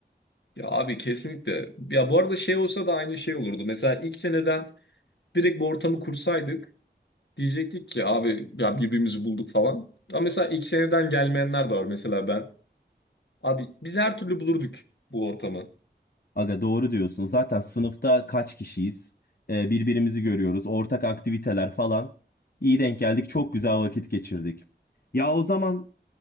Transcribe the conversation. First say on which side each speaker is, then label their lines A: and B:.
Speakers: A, on the left; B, on the left.
A: Ya abi kesinlikle. Ya bu arada şey olsa da aynı şey olurdu. Mesela ilk seneden direkt bu ortamı kursaydık diyecektik ki abi ya birbirimizi bulduk falan. Ama mesela ilk seneden gelmeyenler de var mesela ben. Abi biz her türlü bulurduk bu ortamı.
B: Aga doğru diyorsun. Zaten sınıfta kaç kişiyiz? Ee, birbirimizi görüyoruz. Ortak aktiviteler falan. İyi denk geldik. Çok güzel vakit geçirdik. Ya o zaman